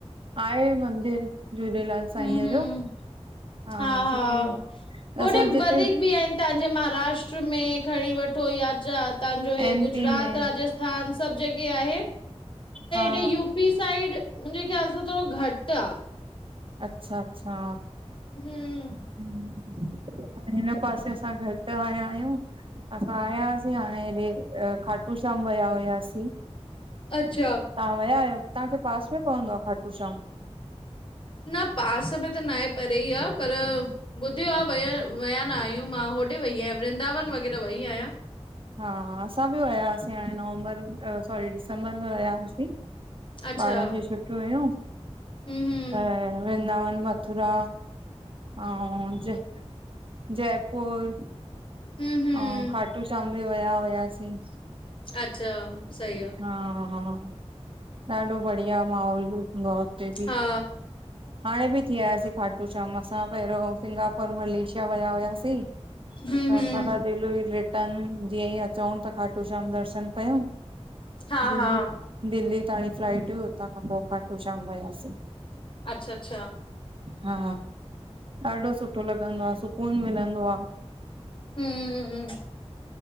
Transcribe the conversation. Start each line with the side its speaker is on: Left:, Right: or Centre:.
Right: आहे मंदिर झूलेलाल साईंअ
Left: हम्म हम्म,
Right: जो। हा
Left: हा हा।
Right: छोकी
Left: होॾे
Right: असां जिते
Left: वधीक बि आहिनि तव्हांजे महाराष्ट्र में खणी वठो या जात <unintelligible> तवहांजो हे
Right: एम
Left: गुजरात
Right: पी में,
Left: राजस्थान सभु जगह आहे?
Right: हा
Left: <unintelligible> यू पी साइड मुंहिंजे ख़्याल सां थोरो घटि आह।
Right: अच्छा अच्छा
Left: हू
Right: हू हिन पासे असां घटि आया आहियूं। असां आयासीं हाणे हेॾे खाटू श्याम वया हुआसीं।
Left: अच्छा
Right: तव्हां विया आहियो? तव्हांखे पास में पवंदो आहे खाटू श्याम?
Left: न पास में त नं आहे, परे ईं आहे पर ॿुधियो आह। वया विया नं आहियूं मां होॾे वईं आहियां वृंदावन वॻैरह वईं आहियां।
Right: हा असां बि विया हुआसीं हाणें नवंबर में सॉरी दिसंबर में वया हुआसीं।
Left: अच्छा
Right: ॿारनिं
Left: हम्म
Right: ॼी छुटियूं हुयूं,
Left: हम्म
Right: त वृंदावन मथुरा अहु जय जयपुर
Left: हम्म हम्म
Right: अहु खाटू श्याम बि वया हुयासि।
Left: अच्छा सही आहे।
Right: हा हा ॾाढो ॿढ़िया माहोल हूंदो आहे हुते ॿि।
Left: हा
Right: हाणे ॿि थी आयासीं खाटू श्याम असां पहिरियों सिंगापुर मलेशिया विया हुयासीं। त
Left: हम्म हम्म
Right: हुतां खां दिलु हूई रिटन ॼीअं ई अचूं त खाटू श्याम दर्शन कयूं।
Left: हा
Right: दिल्ली
Left: हा
Right: दिल्ली ताणी फ्लाइट हुई हुतां खां, पोह खाटू श्याम वियासीं।
Left: अच्छा अच्छा
Right: हा ॾाढो सुठो लॻंदो आह, सुकून मिलंदो आह।
Left: हू